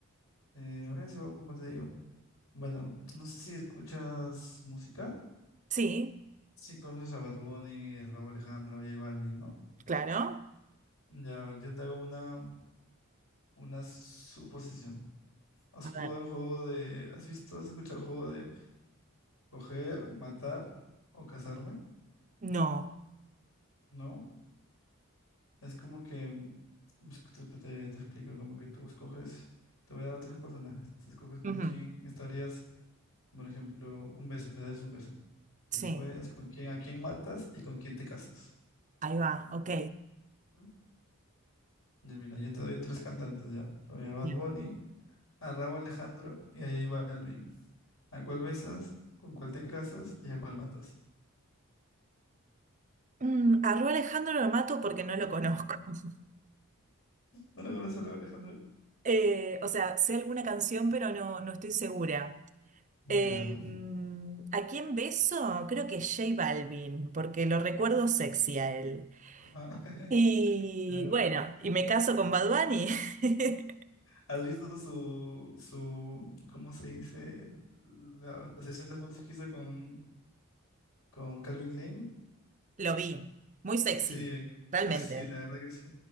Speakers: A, on the left; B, on the right.
A: eh, eso, como te digo. Bueno, no sé si escuchas música.
B: sí,
A: Si conoces a Bad Bunny, Raúl Alejandro, J Balvin, ¿no?
B: claro.
A: Ya, a ver, yo te hago una, una suposición. ¿Has
B: A
A: jugado
B: ver,
A: al juego de... ¿Has visto, has escuchado el juego de coger, matar o casarme?
B: no.
A: ¿No? Es como que... es que Te, te te explico, como que tú escoges... Te voy a dar tres personajes. Tú escoges con
B: Ujú,
A: quién estarías Por ejemplo, un beso, le das un beso. Después,
B: Sí,
A: ¿con quién, a quién matas y con quién te casas?
B: ahí va, ok.
A: ¿Mm? Ya mira, yo te doy tres cantantes ya. Te doy a Bad
B: Bien.
A: Bunny, a Rauw Alejandro y a J Balvin. ¿A cuál besas? ¿Con cuál te casas? ¿Y a cuál matas?
B: Mm, a Ru Alejandro lo mato porque no lo conozco. <laughs>
A: ¿No lo conoces a Rauw Alejandro?
B: Eh, o sea, sé alguna canción, pero no, no estoy segura. Eh,
A: Ya.
B: mm, ¿a quién beso? Creo que J Balvin, porque lo recuerdo sexy a él.
A: Ah, <laughs>
B: Y
A: ¿Ya?
B: bueno, y me caso con Bad Bunny. <laughs>
A: ¿Has visto su, su, ¿cómo se dice? La, la sesión de fotos que hizo con, con Calvin Klein.
B: Lo vi, muy sexy,
A: Sí, <laughs>
B: realmente.
A: sí, la verdad que sí.